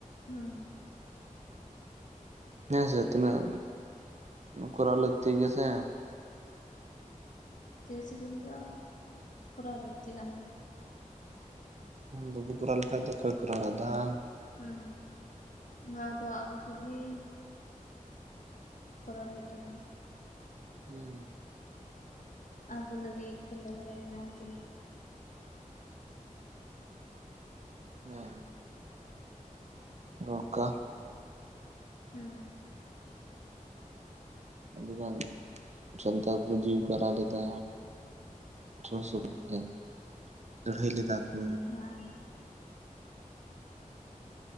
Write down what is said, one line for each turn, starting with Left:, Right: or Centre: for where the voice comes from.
Left: ᱦᱚᱸ
Right: ᱦᱮᱸ ᱥᱮ ᱛᱤᱱᱟᱹᱜ ᱠᱚᱨᱟᱣ ᱞᱟᱹᱠᱛᱤ ᱜᱮᱭᱟ ᱥᱮ ᱾
Left: ᱛᱨᱤᱥᱮ ᱡᱩᱜ ᱫᱚ, ᱠᱚᱨᱟᱣ ᱞᱟᱹᱠᱛᱤ ᱠᱟᱱ ᱜᱮᱭᱟ ᱾
Right: ᱵᱟᱵᱩ ᱠᱚᱨᱟᱣ ᱞᱮᱠᱷᱟᱱ ᱫᱚ ᱚᱠᱚᱭ ᱠᱚᱨᱟᱣᱟ ᱫᱟ ᱾
Left: ᱦᱩᱸ ᱱᱚᱣᱟ ᱫᱚ ᱟᱵᱚ ᱠᱚᱜᱤ ᱠᱚᱨᱟᱣ ᱦᱩᱭᱩᱜ ᱛᱟᱵᱚᱱᱟ ᱾
Right: ᱦᱩᱸ
Left: ᱟᱵᱚ ᱞᱟᱹᱜᱤᱜ ᱠᱚ ᱞᱟᱹᱲᱦᱟᱹᱭ ᱞᱮᱱᱟ ᱡᱮ
Right: ᱦᱮᱸ ᱫᱚᱨᱠᱟ
Left: ᱦᱩᱸ
Right: ᱟᱹᱰᱤ ᱜᱟᱱ ᱥᱟᱱᱛᱟᱲ ᱠᱚ ᱡᱤᱣᱤ ᱠᱚ ᱟᱞᱟᱭᱞᱮᱫᱟ᱾ ᱟᱴᱷᱚᱨᱚᱥᱚ ᱯᱧᱪᱟᱱᱚ ᱞᱟᱹᱲᱦᱟᱹᱭ ᱞᱮᱫᱟ ᱠᱚ᱾
Left: ᱦᱮᱸ